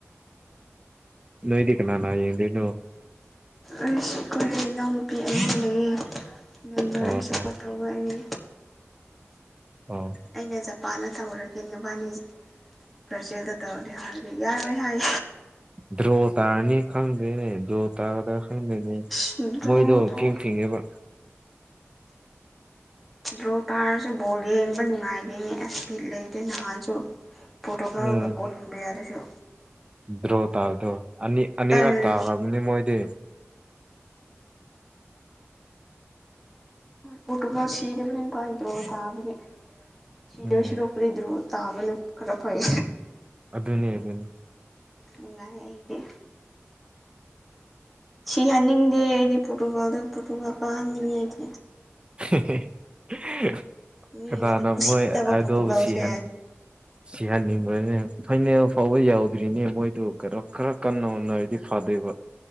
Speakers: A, on the right; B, in the centre.
A: ꯅꯣꯏꯗꯤ ꯀꯅꯥ ꯅꯥ ꯌꯦꯡꯗꯨꯏꯅꯣ
B: ꯑꯩꯁ ꯑꯩꯈꯣꯏꯒꯤ ꯏꯅꯥꯎꯅꯨꯄꯤ ꯑꯅꯤ ꯂꯩꯌꯦ ꯅꯦꯃꯥꯔꯗ
A: ꯑꯣ
B: ꯁꯄꯣꯔꯠ ꯇꯧꯋꯦ ꯑꯩꯅ
A: ꯑꯣ
B: ꯑꯩꯅ ꯖꯄꯥꯟꯗ ꯇꯧꯔꯒꯦ ꯅꯕꯥꯏꯅꯤ ꯕ꯭ꯔꯥꯖꯤꯜꯗ ꯇꯧꯔꯗꯤ ꯍꯥꯏꯕꯗ ꯌꯥꯏ ꯍꯣꯏ ꯍꯥꯏ
A: ꯗ꯭ꯔꯣ ꯇꯥꯔꯅꯤ ꯈꯪꯗꯦꯅꯦ ꯗ꯭ꯔꯣ ꯇꯥꯒꯗꯔ ꯈꯪꯗꯦꯅꯦ
B: ꯑꯁ ꯗ꯭ꯔꯣ
A: ꯃꯣꯏꯗꯣ
B: ꯇꯧ
A: ꯏꯐꯤꯡ ꯐꯤꯡꯉꯦꯕ
B: ꯗ꯭ꯔꯣ ꯇꯥꯔꯁꯨ ꯕꯣꯜ ꯌꯦꯡꯕ ꯅꯨꯡꯉꯥꯏꯗꯦꯅꯦ ꯑꯦꯁ ꯕꯤꯠ ꯂꯩꯇꯦ ꯅꯍꯥꯟꯁꯨ ꯄ꯭ꯔꯣꯇꯨꯒꯜꯒ
A: ꯎꯝ
B: ꯀꯣꯂꯝꯕꯤꯌꯥ ꯗꯨꯁꯨ
A: ꯗ꯭ꯔꯣ ꯇꯥꯕꯗꯣ ꯑꯅꯤ ꯑꯅꯤꯔꯛ
B: ꯇꯜꯂꯦ
A: ꯇꯥꯈ꯭ꯔꯕꯅꯤ ꯃꯣꯏꯗꯤ
B: ꯄ꯭ꯔꯣꯇꯨꯒꯜ ꯁꯤꯗꯕꯅ ꯍꯦꯟꯅ ꯐꯩ ꯗ꯭ꯔꯣ ꯇꯥꯕꯒꯤ ꯁꯤꯗꯨꯏ
A: ꯎꯝ
B: ꯁꯔꯨꯛꯄꯨꯗꯤ ꯗ꯭ꯔꯣ ꯇꯥꯕꯅ ꯈꯔ ꯐꯩ
A: ꯑꯗꯨꯅꯦ ꯑꯗꯨꯅꯦ
B: ꯅꯨꯉꯥꯏ ꯑꯩꯗꯤ ꯁꯤꯍꯟꯅꯤꯡꯗꯦ ꯑꯩꯗꯤ ꯄꯣꯔꯇꯨꯒꯥꯜꯗꯣ ꯄꯣꯔꯇꯨꯒꯥꯜ ꯀꯥꯍꯟꯅꯤꯡꯉꯦ ꯑꯩꯗꯤ
A: ꯍꯦ ꯍꯦ ꯍꯦ <unintelligible>
B: ꯃꯤꯅꯗꯤ
A: ꯀꯅꯥꯅꯣ
B: ꯎꯁꯤꯠꯇꯕ
A: ꯃꯣꯏ ꯑꯗꯨꯕꯨ
B: ꯄꯣꯔꯇꯨꯒꯜꯁꯦ
A: ꯁꯤꯍꯟ ꯁꯤꯍꯟꯅꯤꯡꯕꯅ ꯐꯥꯏꯅꯦꯜ ꯐꯥꯎꯕ ꯌꯥꯎꯗ꯭ꯔꯤꯅꯦ ꯃꯣꯏꯗꯣ ꯀꯩꯅꯣ ꯈꯔ ꯀꯟꯅ ꯍꯣꯠꯅꯔꯗꯤ ꯐꯗꯣꯏꯕ